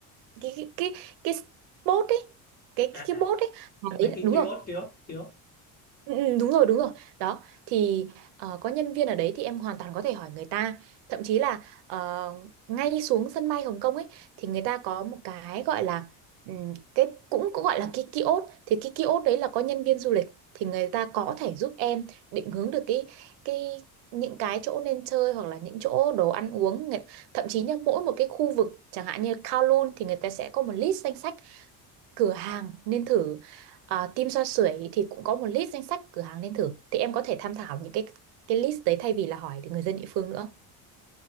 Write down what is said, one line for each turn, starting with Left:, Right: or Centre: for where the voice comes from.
Right: cái cái cái, cái spot ấy cái
Left: à
Right: cái, cái
Left: à
Right: bốt ấy mà
Left: mấy
Right: đấy là-
Left: cái
Right: đúng
Left: kiosk
Right: rồi
Left: kiosk kiosk
Right: Ừ, ừ, đúng rồi đúng rồi đó thì ờ, có nhân viên ở đấy thì em hoàn toàn có thể hỏi người ta thậm chí là ờ, ngay xuống sân bay Hồng Kông ấy thì người ta có một cái gọi là ừm, cái cũng cũng gọi là cái kiosk thì cái kiosk đấy là có nhân viên du lịch thì người ta có thể giúp em định hướng được cái cái những cái chỗ nên chơi hoặc là những chỗ đồ ăn uống Người- thậm chí nhá mỗi một cái khu vực chẳng hạn như Kowloon thì người ta sẽ có một list danh sách cửa hàng nên thử à, Tim Xoa Sưởi thì cũng có một list danh sách cửa hàng nên thử thì em có thể tham khảo những cái cái list đấy thay vì là hỏi người dân địa phương nữa